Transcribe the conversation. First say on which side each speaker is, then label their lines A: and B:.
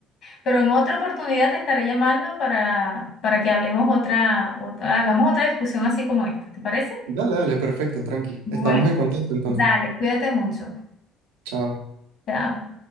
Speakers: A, on the left; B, on the right.
A: pero en otra oportunidad te estaré llamando para, para que hablemos otra, otra, hagamos otra discusión así como esta. ¿Te parece?
B: Dale, dale, perfecto, tranqui.
A: Bueno,
B: Estamos en contacto entonces.
A: Dale, cuídate mucho.
B: Chao.
A: Chao.